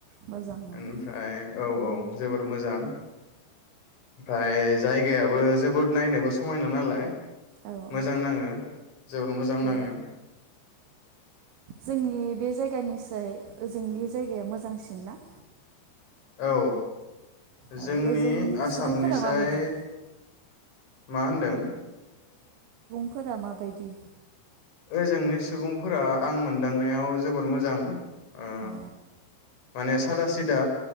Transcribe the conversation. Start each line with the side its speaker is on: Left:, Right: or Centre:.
Right: मोजां उम
Left: ओमफ्राय औ औ। जोबोर मोजां। होमफाय जायगायाबो जोबोद नायनोबो समायना नालाय
Right: औ
Left: मोजां
Right: औ
Left: नाङो। जोबोर मोजां
Right: औ
Left: नाङो।
Right: जोंनि बे जायगानिसै ओजोंनि जायगाया मोजांसिन ना?
Left: औ।
Right: ओ
Left: जोंनि
Right: ओजोंनि
Left: आसामनिसाय
Right: सुबुंफोरा माबायदि
Left: मा होनदों?
Right: फोरा माबायदि?
Left: ओजोंनि सुबुंफोरा आं मोनदांनायाव जोबोर मोजां। ओ
Right: अ
Left: माने सादा सिदा।